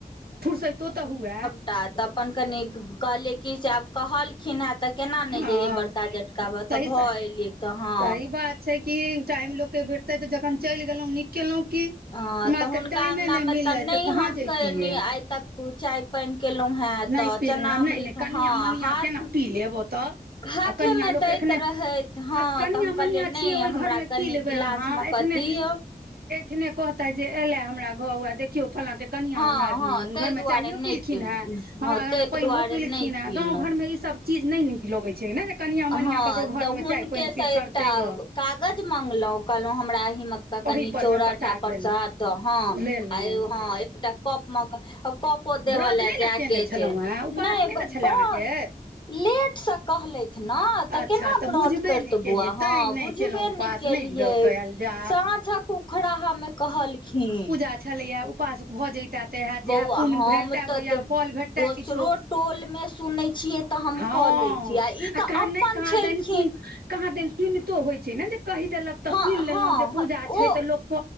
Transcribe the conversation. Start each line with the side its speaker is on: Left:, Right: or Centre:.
Right: फुरसतो तऽ हुए
Left: ता अप्पन कनिक कहलियै कि जे आब कहल केना तऽ केना नहि
Right: हँ
Left: जइयै बड़का जेठका ब
Right: सही
Left: तऽ
Right: स
Left: भऽ एलियै तऽ हा
Right: सही बात छै। कि टाइम लोक के भेटतै तऽ जखन चलि गेलहुँ नीक केलहुँ की
Left: हा
Right: हमरा
Left: तऽ
Right: सबके
Left: हुनका
Right: टाइमे
Left: अंगना
Right: नहि
Left: में
Right: मिललै
Left: तऽ नहि
Right: कहाँ
Left: हम
Right: जैतियै
Left: तऽ एनि आइ तक चाय पानि केलहुँ हेँ
Right: नहि
Left: तऽ
Right: पी
Left: चना
Right: नहि
Left: अमृत
Right: नहि कनिया
Left: हँ
Right: मनिया
Left: हाथ
Right: केना पी लेब ओतऽ
Left: हाथेमे
Right: आ कनिया लोक
Left: दैत
Right: एखने आ
Left: रहैत हँ
Right: कनिया
Left: तऽ हम
Right: मनिया
Left: कहलियै नहि
Right: छियै ओहि
Left: हमरा
Right: घोर में
Left: कनि
Right: की ले हखने
Left: गिलासमे कऽ दिअ
Right: कहते जे एले हमरा घोर में केओ फल्लाँ के कनिआँ
Left: हँ
Right: हमरा घोर
Left: हँ ताहि
Right: में
Left: दुआरे
Right: चायओ
Left: नहि
Right: पीलखिन
Left: पी
Right: हेँ हमरा
Left: हँ
Right: घोर
Left: ताहि
Right: में पानिो
Left: दुआरे
Right: पिलखिन
Left: नहि
Right: हे
Left: पीलहुँ
Right: गाँव घोर में इ सभ चीज न नीक लगे छै। कनिया
Left: हँ
Right: मनिया ककरो घोर
Left: तऽ
Right: में
Left: हुनके
Right: चाय पानि
Left: से
Right: पीब करतै
Left: एकटा
Right: ग
Left: कागज मंगलहुँ कहलहुँ हमरा अहिमें कनि
Right: ओहि परमे
Left: चौराठा
Right: प्रसाद
Left: पर
Right: लेलहुँ
Left: सऽ हाथ दऽ हँ
Right: लेलहुँ
Left: एगो हँ एकटा कप मे कप कपो देबऽ
Right: व्रत
Left: ले
Right: नहि
Left: जाय
Right: ने केने
Left: के छै।
Right: छलहुँ हेँ उपास
Left: नहि
Right: ने छलए
Left: कहाँ
Right: अहाँके
Left: लेट सँ कहलैत न तऽ
Right: अच्छा
Left: केना व्रत
Right: बुझबे
Left: करितौ
Right: नहि केलियै
Left: बौआ
Right: तैँ
Left: हाँ
Right: नहि
Left: बुझबे
Right: केलहुँ उपास
Left: नहि केलियै
Right: भऽ पायल जा
Left: सााँझक उखड़हा में कहलखिन
Right: आ छलैये उपास भऽ जइत तऽ तऽ एहे जेहे
Left: बौआ
Right: पुण
Left: हम
Right: भेटते
Left: तऽ
Right: भैया फल भेटते
Left: दोसरो
Right: किछो
Left: टोल मे सुनै छियै तऽ हम
Right: हा
Left: कऽ लै छी ई
Right: आ
Left: तऽ
Right: कहाँ
Left: अपन
Right: नहि कहाँ
Left: छलखिन
Right: दनि सुनी कहाँ दनि सुनितो होय छैय। ने जे कहि देलक तऽ सुनि
Left: हँ
Right: लेलहुँ
Left: हँ
Right: जे
Left: हँ
Right: ता छै।
Left: ओ
Right: तऽ लोक क